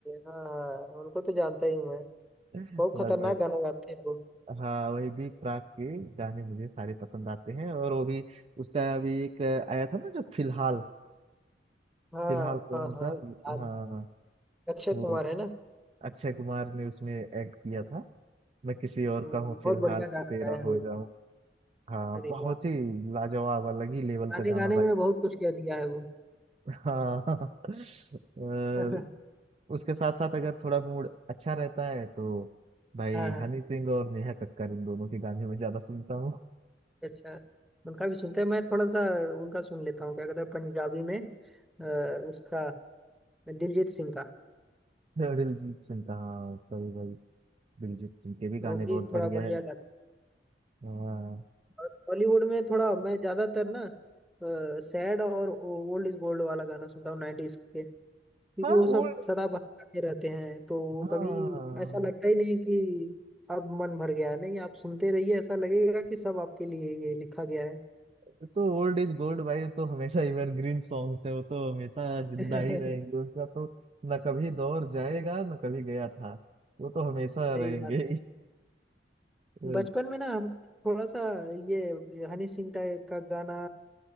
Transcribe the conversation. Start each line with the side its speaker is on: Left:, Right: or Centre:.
Centre: हाँ हाँ, उनको तो जानता ही हूँ मैं
Right: <laughs>
Centre: बहुत
Right: बस
Centre: खतरनाक
Right: भाई
Centre: गाना गाते हैं वो
Right: हाँ वही बी प्राक के गाने मुझे सारे पसंद आते हैं और वो भी उसका अभी एक आया था ना जो फिलहाल
Centre: हाँ
Right: फिलहाल सॉन्ग
Centre: हाँ हाँ
Right: था
Centre: हाँ,
Right: हाँ हाँ,
Centre: अक्षय
Right: वो
Centre: कुमार है ना
Right: अक्षय कुमार ने उसमें एक्ट किया था मैं किसी और
Centre: हम्म,
Right: का हूँ फिलहाल
Centre: बहुत बढ़िया गाना
Right: कि तेरा
Centre: गाया है
Right: हो
Centre: वो
Right: जाऊं हाँ
Centre: अरे
Right: बहुत
Centre: वाह
Right: ही लाजवाब अलग ही लेवल
Centre: गाने
Right: का गाना
Centre: गाने
Right: भाई
Centre: में बहुत कुछ कह दिया है वो
Right: हाँ <laughs> और
Centre: <laughs>
Right: उसके साथ साथ अगर थोड़ा मूड अच्छा रहता है तो भाई
Centre: हाँ हाँ
Right: हनी सिंह और नेहा कक्कड़ इन दोनों के गाने मैं ज्यादा सुनता हूँ
Centre: अच्छा उनका भी सुनते हैं मैं थोड़ा सा उनका सुन लेता हूँ क्या कहते हैं पंजाबी में अ, उसका मैं दिलजीत सिंह का
Right: <laughs> और दिलजीत सिंह का हाँ उसका भी भाई दिलजीत सिंह के भी गाने
Centre: वो भी
Right: बहुत बढ़िया
Centre: थोड़ा बढ़िया
Right: है
Centre: गाता
Right: हाँ
Centre: है। बॉलीवुड में थोड़ा मैं ज्यादातर ना सैड और ओल्ड इज गोल्ड वाला गाना सुनता हूँ 90s के क्योंकि
Right: हाँ
Centre: वो सब
Right: ओल्ड
Centre: सदा बहकाते रहते हैं तो वो
Right: हाँ
Centre: कभी ऐसा लगता ही नहीं कि अब मन भर गया है। नहीं आप सुनते रहिए ऐसा लगेगा कि सब आपके लिए ये लिखा गया है
Right: ये तो ओल्ड इज गोल्ड भाई वो तो हमेशा एवरग्रीन सॉन्ग्स है वो तो हमेशा जिंदा
Centre: <laughs>
Right: ही रहेंगे उनका तो न कभी दौर जाएगा न कभी गया था वो तो हमेशा
Centre: यही
Right: रहेंगे
Centre: बात है
Right: <laughs>
Centre: बचपन में ना हम थोड़ा सा ये हनी सिंह टाइप का गाना